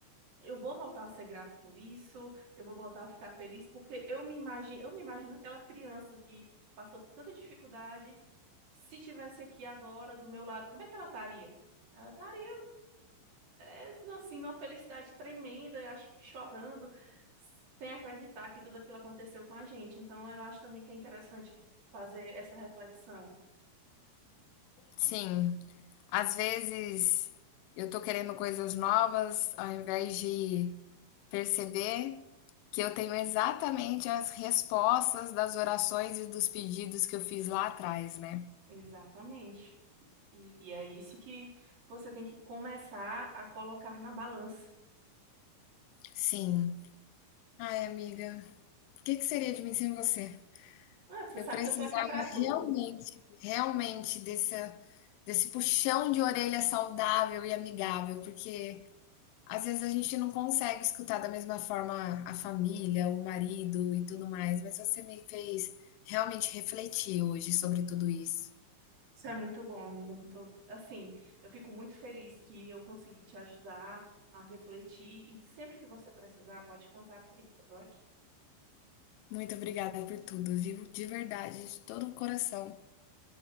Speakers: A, on the right (about 50°); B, on the left (about 85°).
A: eu vou voltar a ser grato por isso, eu vou voltar a ficar feliz, porque eu me imagino, eu me imagino aquela criança que passou por tanta dificuldade, se tivesse aqui agora do meu lado, como é que ela estaria? Ela estaria eles, assim, numa felicidade tremenda, eu acho que chorando, sem acreditar que tudo aquilo aconteceu com a gente. Então, eu acho também que é interessante fazer essa reflexão.
B: Sim. Às vezes eu tô querendo coisas novas, ao invés de perceber que eu tenho exatamente as respostas das orações e dos pedidos que eu fiz lá atrás, né?
A: Exatamente. E, e é isso que você tem que começar a colocar na balança.
B: Sim. Ai, amiga, o que que seria de mim sem você?
A: Ah, você
B: Eu
A: sabe
B: precisava
A: que eu tô aqui para tudo.
B: realmente, realmente desse, desse puxão de orelha saudável e amigável, porque Às vezes a gente não consegue escutar da mesma forma a família, o marido e tudo mais, mas você me fez realmente refletir hoje sobre tudo isso.
A: Isso é muito bom, amiga. Muito, assim, eu fico muito feliz que eu consegui te ajudar a refletir e sempre que você precisar, pode contar comigo. Eu tô aqui.
B: Muito obrigada por tudo, viu? De verdade, de todo o coração.